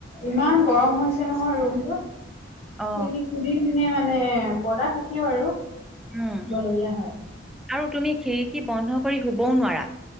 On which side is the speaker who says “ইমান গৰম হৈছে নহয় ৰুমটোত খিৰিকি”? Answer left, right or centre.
Left